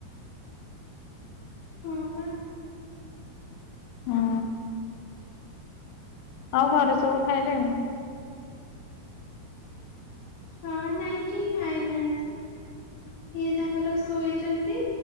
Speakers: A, on the left; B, on the left.
A: ହଁ ପା।
B: ହୁଁ। ଆଉ ଘରେ ସବୁ ଖାଇଲେଣି,
A: ହଁ ନାଇଁ କେହି ଖାଇନାହାନ୍ତି। ଇଏ ତାଙ୍କର ଶୋଇ ଛନ୍ତି